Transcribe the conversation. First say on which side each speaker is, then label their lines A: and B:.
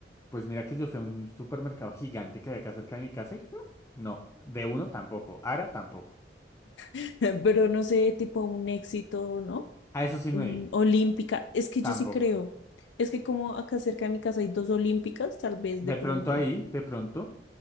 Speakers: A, on the left; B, on the left.
A: Pues mira que yo fui a un supermercado gigante que había acá cerca de mi casa y mm, no, de uno tampoco, Ara tampoco.
B: <laughs> Pero no sé, tipo un éxito, ¿no?
A: A eso sí no
B: Mm,
A: he ido,
B: olímpica. Es que
A: tampoco.
B: yo sí creo. Es que como acá cerca de mi casa hay dos olímpicas, tal vez
A: De
B: de pronto.
A: pronto ahí, de pronto,